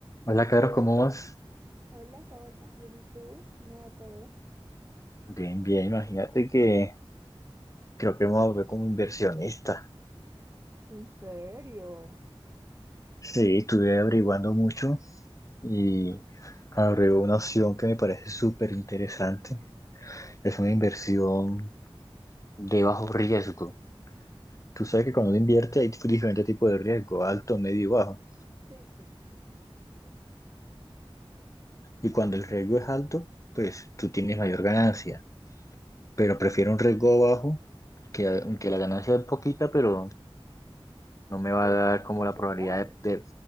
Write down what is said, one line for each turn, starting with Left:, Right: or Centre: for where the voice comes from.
Left: Hola, Carlos, ¿cómo vas?
Right: Hola, Holman, bien, ¿y tú? ¿Cómo va todo?
Left: Bien, bien, imagínate que creo que me ahorré como inversionista.
Right: ¿En serio?
Left: Sí, estuve averiguando mucho y ahorré una opción que me parece súper interesante. Es una inversión de bajo riesgo. Tú sabes que cuando uno invierte hay diferentes tipos de riesgo, alto, medio y bajo.
Right: Sí, sí, sí, eso sí lo sé.
Left: Y cuando el riesgo es alto, pues tú tienes mayor ganancia. Pero prefiero un riesgo bajo, que, aunque la ganancia es poquita, pero no me va
Right: ¿Tu dinero
Left: a dar
Right: está
Left: como
Right: asegurado?
Left: la probabilidad de, de-